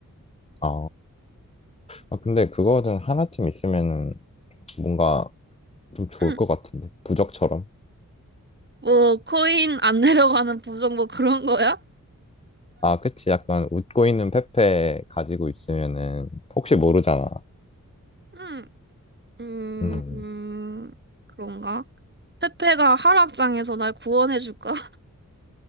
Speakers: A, on the left; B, on the right.
A: 아, 아, 근데 그거는 하나쯤 있으면은 뭔가 좀 좋을
B: 응.
A: 것 같은데. 부적처럼.
B: 뭐 코인 안 내려가는 부정 뭐 그런 거야?
A: 아, 그치. 약간 웃고 있는 페페 가지고 있으면은 혹시 모르잖아.
B: 음, 음,
A: 음.
B: 음, 그런가? 페페가 하락장에서 날 구원해줄까? <laughs>